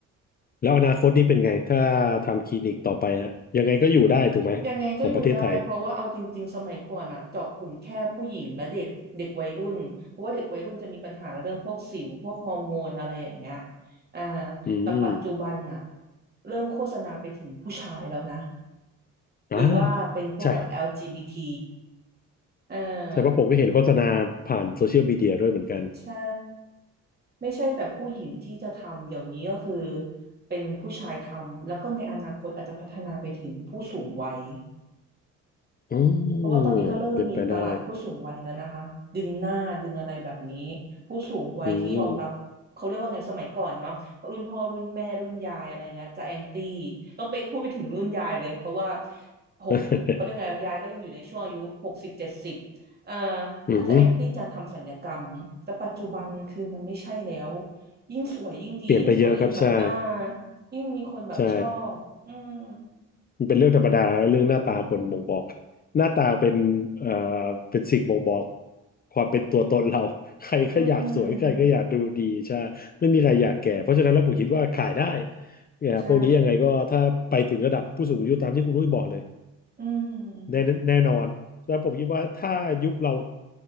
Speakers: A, on the left; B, on the right.
A: แล้วอนาคตนี่เป็นไงถ้าทำคลินิกต่อไปฮะยังไงก็อยู่ได้ถูกไหมของประเทศไทย
B: ยังไงก็อยู่ได้เพราะว่าเอาจริงๆสมัยก่อนอะเจาะกลุ่มแค่ผู้หญิงและเด็กเด็กวัยรุ่นเพราะว่าเด็กวัยรุ่นจะมีปัญหาเรื่องพวกสิวพวกฮอร์โมนอะไรอย่างเงี้ยอ่า
A: อืม
B: แต่ปัจจุบันน่ะเริ่มโฆษณาไปถึงผู้ชายแล้วนะ
A: อ่า
B: หรือว่าเป็นพวกแบบ
A: ใช่
B: LGBT เออ
A: ใช่เพราะผมก็เห็นโฆษณาผ่านโซเชียลมีเดียด้วยเหมือนกัน
B: ใช่ไม่ใช่แต่ผู้หญิงที่จะทำเดี๋ยวนี้ก็คือเป็นผู้ชายทำแล้วก็ในอนาคตอาจจะพัฒนาไปถึงผู้สูงวัย
A: อื
B: เพราะว่าตอนนี้ก็เริ่มมีตลาดผู้สูงวัยแล้วนะคะดึงหน้าดึงอะไรแบบนี้
A: มเป็นไปได้
B: ผู้สูงวัยที่ยอมรับเขาเรียกว่าไงสมัยก่อนเนาะรุ่นพ่อรุ่นแม่รุ่นยายอะไรเงี้ยจะแอนตี้
A: อืม
B: ต้องไปพูดไปถึงรุ่นยายเลยเพราะว่าหกเขาเรียกไงยายก็ยังอยู่ในช่วงอายุหกสิบเจ็ดสิบ
A: <laughs>
B: เอ่อ
A: อือฮึ
B: ก็จะแอนตี้การทำศัลยกรรมแต่ปัจจุบันคือมันไม่ใช่แล้วยิ่งสวยยิ่งดียิ่งสวยยิ่งแบบอ่า
A: เปลี่ยนไปเยอะครับใช่
B: ยิ่งมีคนแบบชอบอืม
A: ใช่มันเป็นเรื่องธรรมดาเรื่องหน้าตาคนบ่งบอกหน้าตาเป็นเอ่อเป็นสิ่งบ่งบอกความเป็นตัวตนเรา <laughs> ใครก็อยากสวยใครก็อยากดูดีใช่ไม่มีใครอยากแก่เพราะฉะนั้นแล้วผมคิดว่าขายได้
B: อืม
A: เนี่ยพวกนี้ยังไงก็ถ้าไปถึงระดับผู้สูงอายุตามที่คุณรุ้ยบอกเลย
B: ใช่อืม
A: แน่แน่นอนแล้วผมคิดว่าถ้ายุคเรา